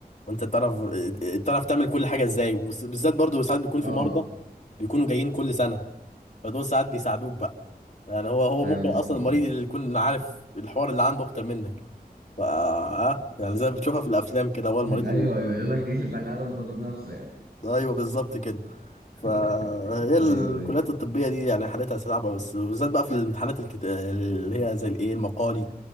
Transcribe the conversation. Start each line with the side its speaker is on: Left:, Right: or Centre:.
Left: وانت تعرف تعرف تعمل كل حاجة ازاي وبالذات برضه ساعات بيكون
Right: اه
Left: في مرضى بيكونوا جايين كل سنة فدول ساعات بيساعدوك بقى يعني هو هو
Right: فاهم
Left: ممكن اصلا
Right: قصدك
Left: المريض
Right: اه
Left: اللي يكون عارف الحوار اللي عنده اكتر منك ف آه، يعني زي ما بتشوفها في الافلام كده
Right: <laughs>
Left: هو المريض
Right: ايوه ايوه يقول لك ايه البني ادم طبيب نفسه يعني
Left: ايوه بالظبط كده فهي
Right: <laughs>
Left: الكليات
Right: ايوه ايوه
Left: الطبيه دي يعني حالتها صعبه بس بالذات بقى في الامتحانات الكت... اللي هي زي الايه المقالي